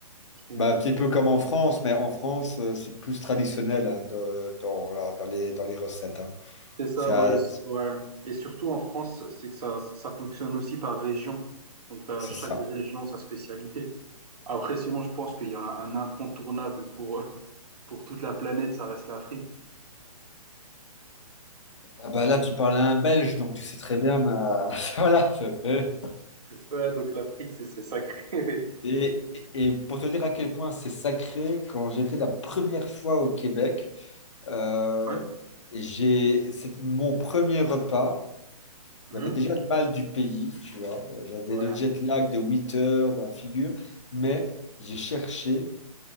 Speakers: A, on the right (about 85°); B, on the left (about 50°).
A: Ok.
B: Bah, un petit peu comme en France, mais en France, euh, c'est plus traditionnel hein, de- dans, voilà, dans les, dans les recettes. hein.
A: C'est ça,
B: C'est
A: ouais,
B: euh,
A: et- s- ouais. Et surtout en France, c'est que ça, ça fonctionne aussi par région. Donc, tu as
B: c'est
A: chaque
B: ça.
A: région sa spécialité. Après, sinon, je pense qu'il y a un incontournable pour, euh, pour toute la planète, ça reste la frite.
B: Ah bah là, tu parles à un Belge, donc tu sais très bien, mais, euh, <laughs> voilà, ça fait.
A: Ouais, donc la frite, c'est c'est sacré.
B: Et, et pour te dire à quel point c'est sacré, quand j'étais la première fois au Québec, euh,
A: <laughs> Ouais.
B: j'ai, c'est mon premier repas.
A: Mhm.
B: J'avais déjà le mal du pays, tu vois. J'avais
A: Ouais,
B: le jet lag de 8 heures dans la figure, mais j'ai cherché